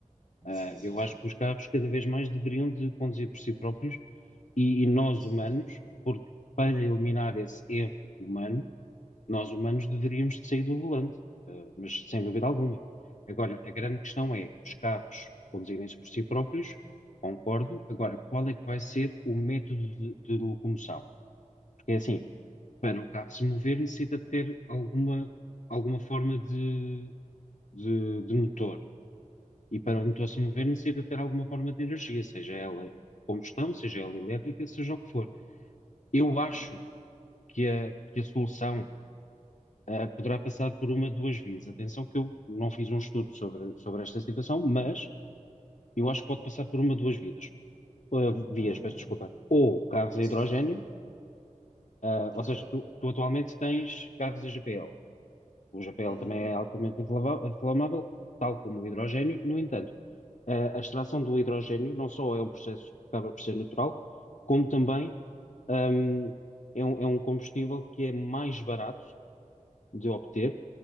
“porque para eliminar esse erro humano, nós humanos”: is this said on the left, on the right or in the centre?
Left